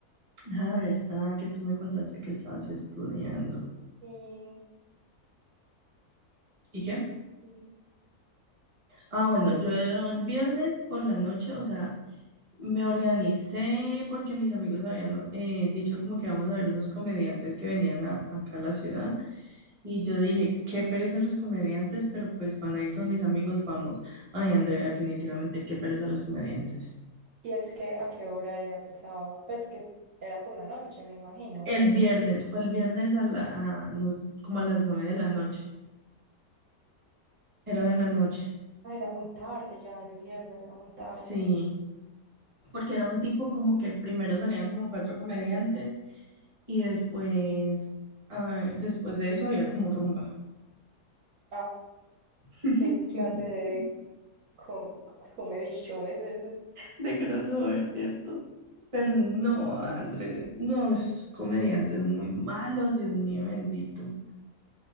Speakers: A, on the right; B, on the right.
A: Ah, verdad, que tú me contaste que estabas estudiando.
B: Y
A: ¿Y qué?
B: Mm.
A: Ah, bueno,
B: yo,
A: yo el viernes por la noche, o sea, me organicé porque mis amigos habían eh, dicho como que vamos a ver unos comediantes que venían a- acá a la ciudad. Y yo dije, qué pereza los comediantes, pero pues van a ir todos mis amigos, vamos. Ay, Andrea, definitivamente, qué pereza los comediantes.
B: y es que a qué hora era el sábado, pues que era por la noche, me imagino,
A: El
B: ¿o qué?
A: viernes, fue el viernes a la, a nos- como a las nueve de la noche. Era en la noche,
B: Ah, era muy tarde ya, el viernes era muy tarde.
A: sí. Porque era un tipo como que primero salían como cuatro comediantes y después, ah, después de eso había como rumba.
B: Ah,
A: <laughs>
B: ¿qué clase de co- comedy show es ese?
A: De crossover, ¿cierto? Pero no, André, no, es comediantes muy malos, Dios mío bendito.